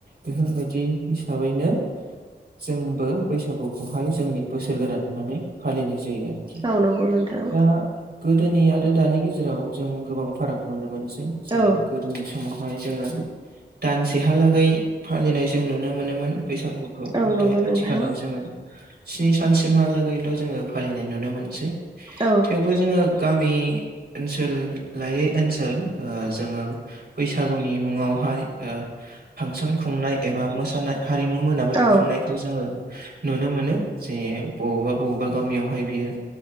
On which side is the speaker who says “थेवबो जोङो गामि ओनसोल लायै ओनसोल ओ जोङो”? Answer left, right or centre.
Right